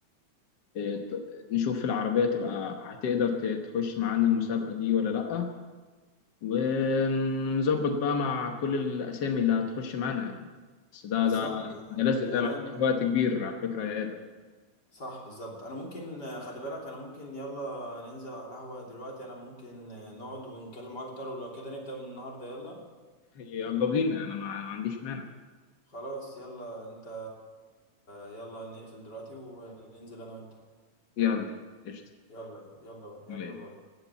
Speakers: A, on the left; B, on the left.
A: آه، ت- نشوف العربيه تبقى هتقدر ت- تخش معانا المسابقه دي ولا لا ونظبط بقى مع كل الاسامي اللي هتخش معانا يعني بس ده
B: بالظبط
A: ده
B: يعني
A: ده لازم ده
B: انا
A: محتاج
B: وانت
A: وقت كبير على فكره يا ادم
B: صح بالظبط انا ممكن آه، خلي بالك انا ممكن يلا ننزل على القهوة دلوقتي انا ممكن آه، نقعد ونتكلم اكتر ولو كده نبدأ من النهاردة يلا
A: يلا بينا انا ما ما عنديش مانع
B: خلاص يلا انت يلا نقفل دلوقتي وننزل انا وانت
A: يلا قشطه
B: يلا يلا يلا
A: يلا
B: باي